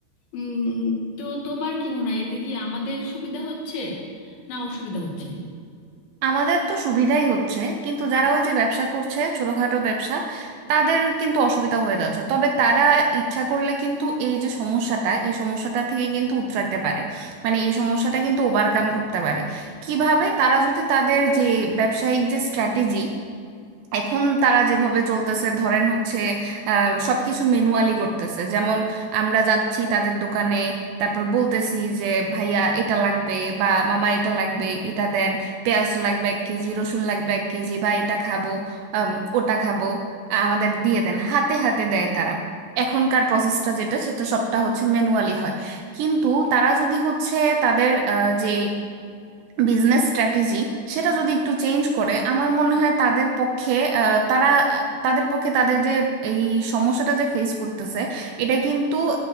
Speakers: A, on the left; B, on the right.
A: উম, তো তোমার কি মনে হয় এতে কি আমাদের সুবিধা হচ্ছে না অসুবিধা হচ্ছে
B: আমাদের তো সুবিধাই হচ্ছে কিন্তু যারা ওই যে ব্যবসা করছে ছোটখাটো ব্যবসা তাদের কিন্তু অসুবিধা হয়ে যাচ্ছে তবে তারা ইচ্ছা করলে কিন্তু এই যে সমস্যাটা এই সমস্যাটা থেকে কিন্তু উতরাইতে পারে মানে এই সমস্যাটা কিন্তু ওভারকাম করতে পারে কিভাবে তারা যদি তাদের যে ব্যবসায়িক যে স্ট্র্যাটেজি এখন তারা যেভাবে চলতেছে ধরেন হচ্ছে আহ, সবকিছু ম্যানুয়ালি করতেছে যেমন আমরা যাচ্ছি তাদের দোকানে তারপর বলতেছি যে ভাইয়া এটা লাগবে বা মামা এটা লাগবে এটা দেন পেঁয়াজ লাগবে এক কেজি রসুন লাগবে এক কেজি বা এটা খাবো আম, ওটা খাবো আমাদের দিয়ে দেন হাতে হাতে দেয় তারা এখনকার প্রসেসটা যেটা সেটা সবটা হচ্ছে ম্যানুয়ালি হয় কিন্তু তারা যদি হচ্ছে তাদের যে বিজনেস স্ট্র্যাটেজি সেটা যদি একটু চেঞ্জ করে আমার মনে হয় তাদের পক্ষে আহ, তারা আহ, তাদের পক্ষে তাদের যে এই সমস্যাটা যে ফেস করতেছে এটা কিন্তু